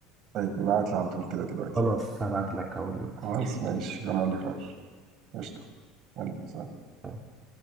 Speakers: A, on the right; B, on the right.
A: طيب ابعت لي على طول كده دلوقتي
B: خلاص هبعتلك اهو دلوقتي
A: خلاص قشطة ماشي وانا هقول لك رأيي قشطة يلا سلام
B: مم.